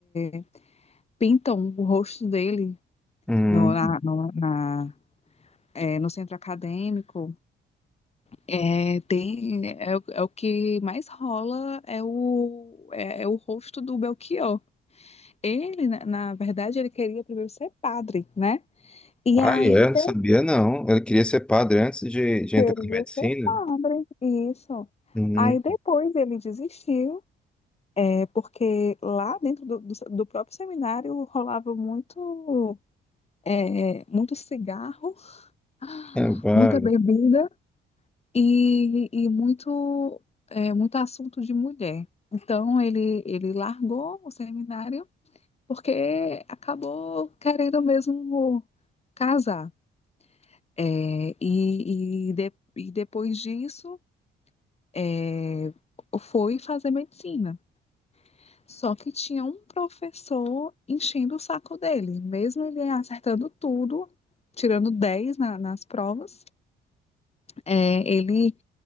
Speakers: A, on the left; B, in the centre.
A: é, pintam o rosto dele
B: Hum.
A: no, na, no, na- é, no centro acadêmico. É, tem, é, é o é o que mais rola é o, é, é o rosto do Belchior. Ele, na, na verdade, ele queria primeiro ser padre, né? E
B: Ah,
A: aí
B: é? Não
A: ele
B: sabia não. Ele queria ser padre antes de, de entrar
A: queria
B: na medicina?
A: ser padre, isso.
B: Hum,
A: Aí depois ele desistiu, é, porque lá dentro do, do, do próprio seminário rolava muito, é, muito cigarro, <gasps>
B: é, vale.
A: muita bebida, e, e muito, é, muito assunto de mulher. Então ele, ele largou o seminário porque acabou querendo mesmo casar. É, e, e, de- e depois disso é, foi fazer medicina. Só que tinha um professor enchendo o saco dele, mesmo ele acertando tudo, tirando 10 na- nas provas, é, ele